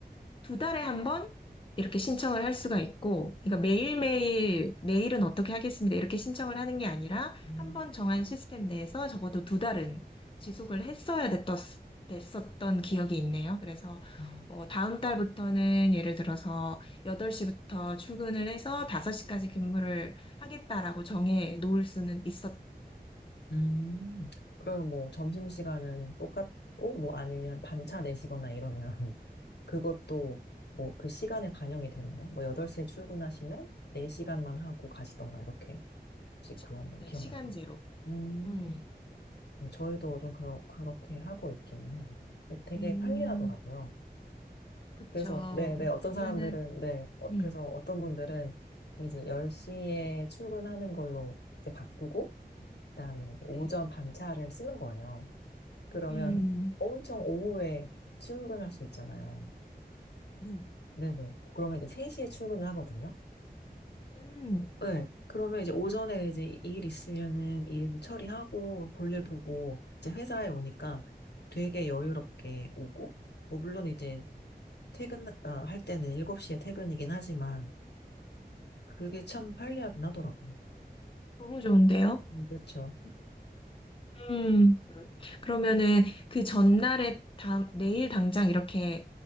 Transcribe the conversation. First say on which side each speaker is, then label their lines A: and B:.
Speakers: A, on the left (about 30°); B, on the left (about 80°).
A: 두 달에 한 번 이렇게 신청을 할 수가 있고, 그러니까 매일매일 내일은 어떻게 하겠습니다. 이렇게 신청을 하는 게 아니라
B: 음,
A: 한 번 정한 시스템 내에서 적어도 두 달은 지속을 했어야 됐었, 됐었던 기억이 있네요. 그래서
B: 음.
A: 어, 다음 달부터는 예를 들어서 8시부터 출근을 해서 5시까지 근무를 하겠다라고 정해 놓을 수는 있었죠.
B: 음. 그러면 뭐 점심시간은 똑같고, 뭐 아니면 반차 내시거나 이러면 <laughs> 그것도 뭐 그 시간에 반영이 되나요? 뭐 8시에 출근하시면 4시간만 하고 가시던가 이렇게. 혹시
A: 그쵸.
B: 그런 거
A: 네,
B: 기억나죠요
A: 시간제로.
B: 음.
A: 음,
B: 네, 저희도 좀 그러, 그렇게 하고 있긴 해요. 근데 되게
A: 음,
B: 편리하더라고요.
A: 그쵸.
B: 그래서, 네, 네, 어떤
A: 그러면은,
B: 사람들은, 네, 어,
A: 음,
B: 그래서 어떤 분들은 이제 10시에 출근하는 걸로 이제 바꾸고, 그다음에 오전
A: 네.
B: 반차를 쓰는 거예요. 그러면
A: 음.
B: 엄청 오후에 출근할 수 있잖아요.
A: 음,
B: 네네. 그러면 이제 3시에 출근을 하거든요.
A: 음,
B: 네. 그러면 이제 오전에 이제 일 있으면은 일 처리하고 볼일 보고 이제 회사에 오니까 되게 여유롭게 오고, 뭐 물론 이제 퇴근, 아, 할 때는 7시에 퇴근이긴 하지만 그게 참 편리하긴 하더라고요.
A: 너무 좋은데요?
B: 음, 그쵸.
A: 음, 그러면은 그 전날에 다, 내일 당장 이렇게